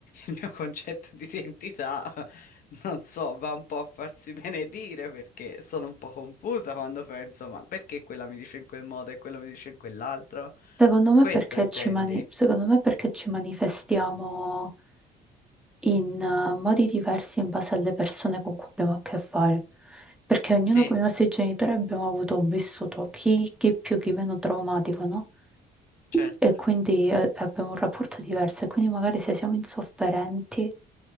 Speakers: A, on the left; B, in the centre.
A: il mio concetto di identità, <laughs> non so, va un po' a farsi <laughs> benedire perché sono un po' confusa quando penso, ma perché quella mi dice in quel modo e quello mi dice in quell'altro?
B: Secondo me
A: Questo
B: perché
A: intendi?
B: ci mani- secondo me perché ci manifestiamo in eh, modi diversi in base alle persone con cui abbiamo a che fare. Perché ognuno
A: Sì,
B: con i nostri genitori abbiamo avuto un vissuto, chi, chi più, chi meno traumatico, no?
A: certo.
B: E quindi eh, abbiamo un rapporto diverso. E quindi magari se siamo insofferenti